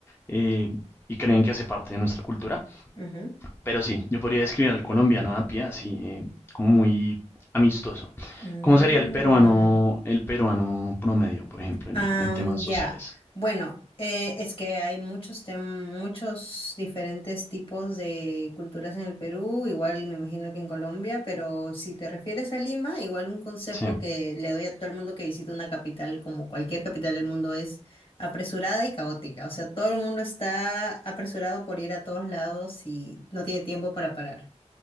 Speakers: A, on the left; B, on the left.
A: eh, y creen que hace parte de nuestra cultura.
B: Ujú.
A: Pero sí, yo podría describir al colombiano a pie así, eh, como muy amistoso.
B: Mm.
A: ¿Cómo sería el peruano, el peruano promedio, por ejemplo, en,
B: Am,
A: en temas sociales?
B: ya. Bueno, eh, es que hay muchos tem- muchos diferentes tipos de culturas en el Perú, igual me imagino que en Colombia, pero si te refieres a Lima, igual un consejo
A: Sí,
B: que le doy a todo el mundo que visita una capital, como cualquier capital del mundo, es apresurada y caótica. O sea, todo el mundo está apresurado por ir a todos lados y no tiene tiempo para parar.